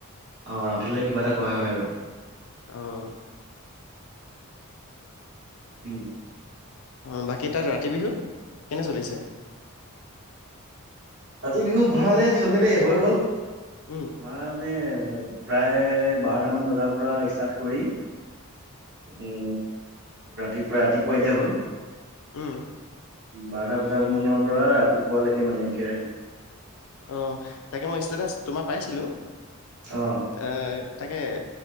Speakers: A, on the right; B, on the left.
A: অ ৰাতিলৈ কিবা এটা খোৱা হয় আৰু
B: আহ
A: উম
B: আহ বাকী তাত ৰাতি বিহু কেনে চলিছে
A: কাতি বিহু ভালে চলি দেই হৈ গ'ল আমাৰ
B: উম,
A: মানে প্ৰায় বাৰটামান বজাৰ পৰা ষ্টাৰ্ট কৰি উম। উ, ৰাতিপুৱা, ৰাতিপুৱা এ, দিয়য়া হল।
B: উম।
A: বাৰটা বজাম মানৰ পৰা ৰাতি পোৱালৈকে মানে একে আহম <unintelligible>
B: অ, তাকে মই ষ্টেটাচ তোমাৰ পাইছিলো।
A: অ
B: আহ। তাকে